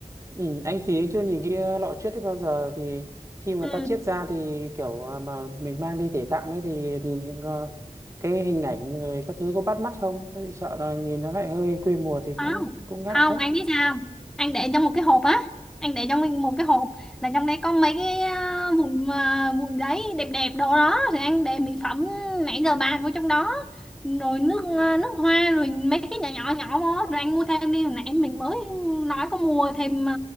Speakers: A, on the right; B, in the centre.
A: ừ, anh thì anh chưa nhìn cái ờ, lọ chiết đấy bao giờ thì khi mà người
B: ừ.
A: ta chiết ra thì kiểu ờ, mà mình mang đi để tặng đấy thì nhìn ờ, cái hình ảnh rồi các thứ có bắt mắt không? Thế bị sợ là nhìn nó lại hơi quê mùa thì cũng
B: không
A: cũng ngại
B: không anh biết sao không? anh để trong một cái hộp á anh để trong một cái hộp là trong đây có mấy cái ờ, vụn ờ, vụn giấy đẹp đẹp đồ đó thì anh để mỹ phẩm nãy giờ bàn vô trong đó rồi nước ờ, nước hoa rồi mấy cái nhỏ nhỏ nhỏ vô rồi anh mua thêm đi hồi nãy mình mới nói có mua thêm ờ,